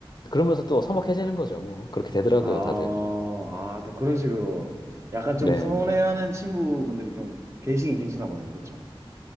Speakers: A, on the left; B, on the right.
A: 그러면서 또 서먹해지는 거죠. 뭐 그렇게 되더라고요,
B: 아,
A: 다들.
B: 아, 또 그런 식으로 약간
A: 네
B: 좀 서운해하는 친구분들이 좀 계시긴 계시나 보네요. 그쵸?